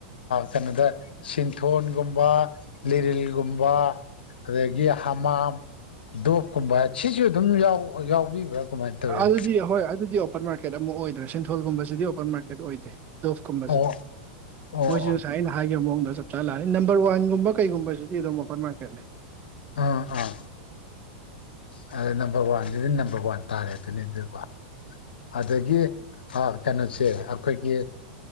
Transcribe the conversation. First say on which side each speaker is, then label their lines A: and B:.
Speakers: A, on the left; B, on the right.
A: ꯀꯩꯅꯣꯗ ꯁꯤꯟꯊꯣꯟꯒꯨꯝꯕ ꯂꯤꯔꯤꯜꯒꯨꯝꯕ ꯑꯗꯒꯤ ꯍꯥꯃꯝ ꯗꯣꯞ ꯀꯨꯝꯕ ꯁꯤꯁꯨ ꯑꯗꯨꯝ ꯌꯥꯎꯕꯤꯕ꯭ꯔꯥ ꯀꯃꯥꯏꯅ ꯇꯧꯋꯤ
B: ꯑꯗꯨꯗꯤ ꯍꯣꯏ ꯑꯗꯨꯗꯤ ꯑꯣꯄꯟ ꯃꯥꯔꯀꯦꯠ ꯑꯃꯨꯛ ꯑꯣꯏꯗ꯭ꯔꯦ ꯁꯤꯟꯊꯣꯜꯒꯨꯝꯕꯁꯤꯗꯤ ꯑꯣꯄꯟ ꯃꯥꯔꯀꯦꯠ ꯑꯣꯏꯗꯦ ꯗꯣꯐꯀꯨꯝꯕꯁꯦ
A: ꯑꯣ ꯑꯣ
B: ꯃꯣꯏꯁꯤ
A: ꯑꯣ
B: ꯉꯁꯥꯏ ꯑꯩꯅ ꯍꯥꯏꯈꯤꯕ ꯃꯑꯣꯡꯗ ꯆꯞ ꯆꯥꯅ ꯂꯥꯛꯑꯅꯤ ꯅꯝꯕꯔ ꯋꯥꯟꯒꯨꯝꯕ ꯨꯝꯕ ꯀꯩꯒꯨꯝꯕꯁꯤꯗꯤ ꯑꯗꯨꯝ ꯑꯣꯄꯟꯔꯀꯦꯠꯅꯤ
A: ꯑꯥ ꯑꯥ ꯑ ꯅꯝꯕꯔ ꯋꯥꯟꯁꯤꯗꯤ ꯅꯝꯕꯔ ꯋꯥꯟ ꯇꯥꯔꯦ ꯑꯗꯨꯅꯤ ꯑꯗꯨꯀꯣ ꯑꯗꯒꯤ ꯑꯥ ꯀꯩꯅꯣꯁꯦ ꯑꯩꯈꯣꯏꯒꯤ